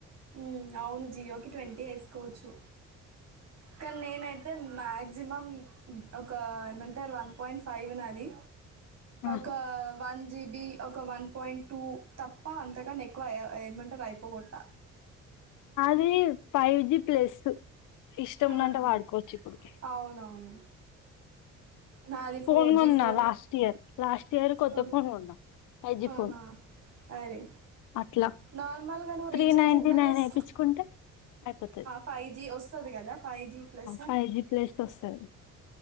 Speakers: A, on the right; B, on the left.
A: ఉ అవును జియో కి ట్వంటీ వేసుకోవచ్చు కానీ నేనైతే అయితే మాక్సిమం ఒక ఏమంటారు వన్ పాయింట్ ఫైవ్ అది
B: ఆహా
A: ఒక వన్ జీబి ఒక వన్ పాయింట్ టూ తప్ప అంతగాని ఎక్కువ ఏమంటారు అయిపోగట్ట
B: అనీ ఫైవ్ జి ప్లస్ ఇష్టంము
A: ఆహా.
B: ఉన్నంత వాడుకోవచ్చు ఇప్పుడు
A: అవునవును నాది ఫోర్
B: ఫోన్ కోన్నా
A: జీ ఫోనే
B: లాస్ట్ ఇయర్ లాస్ట్ ఇయర్ కొత్త
A: ఓ-
B: ఫోన్ ఉన్నా ఫైవ్ జి
A: ఆహా.
B: ఫోన్
A: అరే
B: అట్లా
A: నార్మల్ నువ్వు
B: త్రీ
A: రీఛార్జ్
B: నైన్టీ
A: ఎంత
B: నైన్
A: చేస్తావ్
B: వేయించుకుంటే అయిపోతది
A: ఫైవ్ జి వ వస్తుంది కదా five G plus
B: five G plus వస్తది